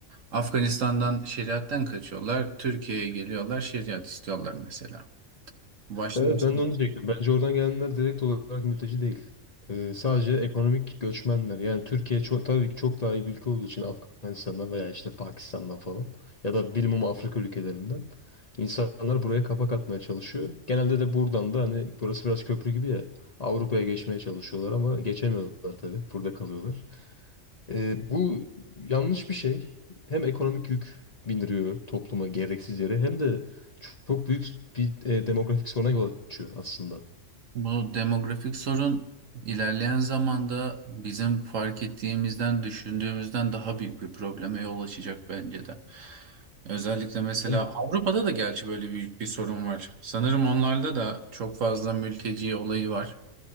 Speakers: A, on the right (about 75°); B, on the left (about 35°).
A: Afganistan'dan şeriatten kaçıyorlar. Türkiye'ye geliyorlar, şeriat istiyorlar mesela. Başlı
B: Evet
A: başına.
B: ben de onu diyecektim. Bence oradan gelenler direkt olarak mülteci değil. E, sadece ekonomik göçmenler. Yani Türkiye çok, tabii ki çok daha iyi bir ülke olduğu için Afganistan'dan veya işte Pakistan'dan falan ya da bilmem Afrika ülkelerinden insanlar buraya kapak atmaya çalışıyor. Genelde de buradan da hani burası biraz köprü gibi ya Avrupa'ya geçmeye çalışıyorlar ama geçemiyorlar tabii. Burada kalıyorlar. Ee, bu yanlış bir şey. Hem ekonomik yük bindiriyor topluma gereksiz yere hem de çok büyük bir e, demografik soruna yol açıyor aslında.
A: Bu demografik sorun ilerleyen zamanda bizim fark ettiğimizden, düşündüğümüzden daha büyük bir probleme yol açacak bence de. Özellikle mesela
B: Evet.
A: Avrupa'da da gerçi böyle büyük bir sorun var. Sanırım onlarda da çok fazla mülteci olayı var.